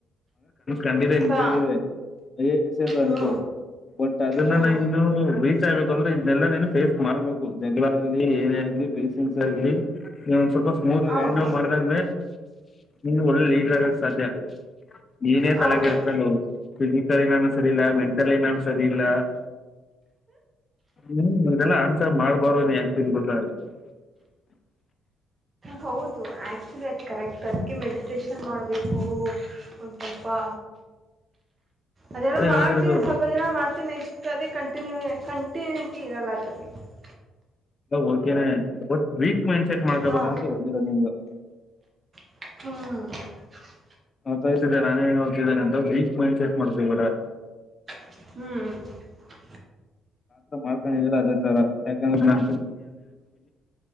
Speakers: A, on the left (about 40°); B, on the right (about 40°).
A: ಕಂಡಿದೆ ನಿಜಾಲುವೆ
B: ಹಾ
A: <unintelligible>
B: ಹ್ಞೂ
A: ಅನ್ಕೋ ಬಟ್ ಅದನ್ನ
B: ಹ್ಞೂ
A: ನಾ ಇನು ರೀಚ್ ಆಗ್ಬೇಕ್. ಅಂದ್ರೆ ಇದ್ನೇಲ್ಲಾ ನೀನು ಫೇಸ್ ಮಾಡ್ಬೇಕು ಜಗಳಾಗಲಿ ಏನೇ ಗ್ಲಿ ಪೇಷನ್ಸ್ ಆಗ್ಲಿ ಸ್ವಲ್ಪ ಸ್ಮೂತ್ ಆಗಿ
B: ಹೌದು
A: ಹ್ಯಾಂಡ್ಲ ಮಾಡಿದಾಗ್ಲೆ ನೀನು ಒಳ್ಳೆ ಲೀ <unintelligible> ಸಾಧ್ಯ. ನೀನೆ
B: ಹೌದು
A: ತಲೆ ಕೆಡ್ಸಕೊಂಡೊ ಫಿಸಿಕಲಿ ನಾನು ಸರಿ ಇಲ್ಲ ಮೆಂಟಲಿ ನಾನು ಸರಿ ಇಲ್ಲ. ಹ್ಮು ಅದೆಲ್ಲಾ ಆನ್ಸರ್ ಮಾಡ <unintelligible> <inaudible>
B: ಹೌದು ಆಕ್ಚುಲಿ ಅದ್ ಕರೆಕ್ಟ್ ಅದ್ಕೆ ಮೆಡಿಟೇಷನ್ ಮಾಡ್ಬೇ ಕು ಒಂದ್ ಸ್ವಲ್ ಪಾ ಅದ್
A: ಅದೇ
B: ಏನೋ
A: ಹೇಳ್ತಿರೋದು
B: ಮಾಡತೀನಿ ಸ್ವಲ್ಪ ಜನ ಮಾಡ್ತಿನಿ ನೆಕ್ಸ್ ತ್ತದಿ ಕಂಟಿನ್ಯೂ ಕಂಟಿನ್ಯೂಟಿ ಇರಲ್ಲ <unintelligible>
A: ಓಕೆನೆ ಬಟ್ ವೀಟ್ ಮೈಂಡ್ ಸೆಟ್ ಮಾಡ್ಕಬ್ಯಾಡ್
B: ಹಾ
A: ಅಂತ್ <unintelligible>
B: ಹ್ಮು
A: ಮತ್ ಆಯ್ತಿದೆ ನಾನೇ <unintelligible> ಅಂತ ವೀಕ್ ಮೈಂಡ್ ಸೆಟ್ ಮಾಡ್ಕೊಬ್ಯಾಡಾ.
B: ಹ್ಮು
A: ನ ಮಾಡ್ಕೊಂಡಲ್ಲ ಅದೇ ತರ ಯಾಕಂದ್ರ <unintelligible>